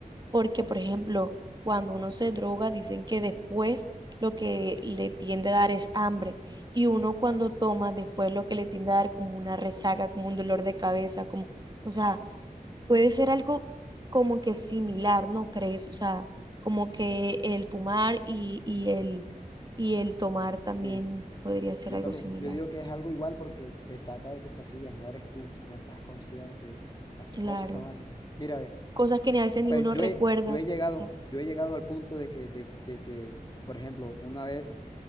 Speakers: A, on the right; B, on the left.
A: Porque, por ejemplo, cuando uno se droga, dicen que después lo que le tiende a dar es hambre. Y uno cuando toma, después lo que le tiende a dar como una resaca, como un dolor de cabeza, como, o sea, puede ser algo como que similar, ¿no crees? O sea, como que el fumar y, y el, y el tomar también
B: Sí,
A: podría ser
B: yo
A: algo
B: también,
A: similar.
B: yo digo que es algo igual porque te saca de tus casillas, no eres tú, no estás consciente, haces
A: Claro.
B: cosas que no haces. Mira, ve,
A: Cosas que ni a veces ni
B: pero
A: uno
B: yo
A: recuerda.
B: he, yo
A: O
B: he llegado,
A: sea,
B: yo he llegado al punto de que, de, de que, por ejemplo, una vez